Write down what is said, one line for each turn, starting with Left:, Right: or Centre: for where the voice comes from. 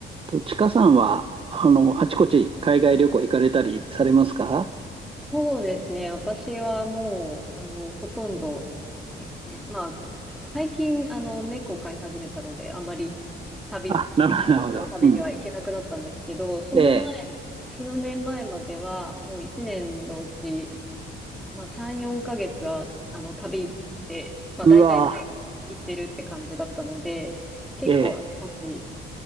Right: と、ちかさんは、あの、あちこち海外旅行行かれたりされますか
Centre: そうですね。私はもう、あの、ほとんど、一、まあ、最近、あの、猫飼い始めたので、あんまり旅、
Right: あ、なるほど、
Centre: 時の旅には行けなくなったんですけど、
Right: なるほど。うん。
Centre: その前、
Right: ええ。
Centre: 数年前までは、もう一年のうち、まあ、3、4ヶ月は、あの、旅で、まあ、
Right: うわ、
Centre: 大体海外行ってるって感じだったので、結構あちこち
Right: ええ。